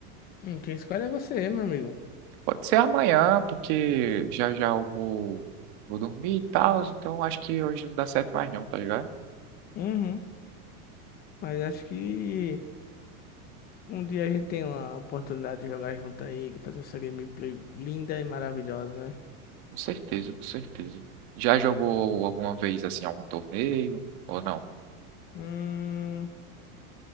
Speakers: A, on the left (about 20°); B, on the right (about 35°).
A: Hum, quem escolhe é você, meu amigo.
B: Pode ser amanhã, porque já já eu vou, vou dormir e tal, então acho que hoje não dá certo mais não, tá ligado?
A: Uhum. Mas acho que um dia a gente tem uma oportunidade de jogar junto aí, fazer essa gameplay linda e maravilhosa, né?
B: Com certeza, com certeza. Já jogou alguma vez, assim, algum torneio? Ou não?
A: Hum.